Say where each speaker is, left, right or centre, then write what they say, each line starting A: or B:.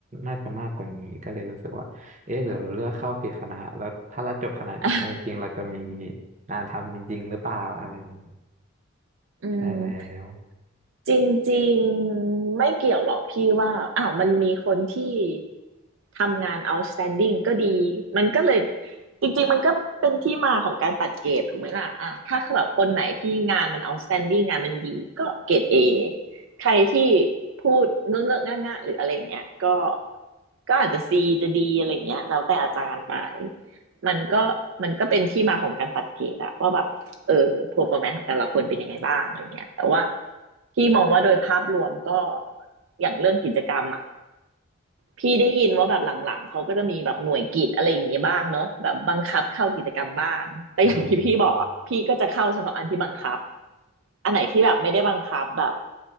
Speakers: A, on the right; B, on the right.
A: น่าจะมากกว่านี้ก็เลยรู้สึกว่าเอ๊ะหรือเราเลือกเข้าผิดคณะแล้วถ้าเราจบคณะนี้ไปจริงๆเราจะมี
B: อ่ะ
A: งานทำจริงๆหรือเปล่าอะไรอย่างนี้
B: อืม
A: ใช่แล้ว
B: จริงๆไม่เกี่ยวหรอกพี่ว่าอ้าวมันมีคนที่ทำงาน outstanding ก็ดีมันก็เลยจริงๆมันก็เป็นที่มาของการตัดเกรดถูกไหมล่ะอ่ะถ้าแบบคนไหนที่งานมัน outstanding งานมันดีก็เกรด A ใครที่พูดเงอะเงอะงะงะหรืออะไรอย่างเงี้ยก็ก็อาจจะ C จะ D อะไรอย่างเงี้ยแล้วแต่อาจารย์ไปมันก็มันก็เป็นที่มาของการตัดเกรดอะว่าแบบ เออ performance ของแต่ละคนเป็นยังไงบ้างอะไรเงี้ยแต่ว่าพี่มองว่าโดยภาพรวมก็อย่างเรื่องกิจกรรมอ่ะพี่ได้ยินว่าแบบหลังๆเขาก็จะมีแบบหน่วยกิจอะไรอย่างเงี้ยบ้างเนอะแบบบังคับเข้ากิจกรรมบ้างแต่อย่างที่พี่บอกอะพี่ก็จะเข้าเฉพาะอันที่บังคับ
A: อ่า
B: อันไหนที่แบบไม่ได้บังคับแบบ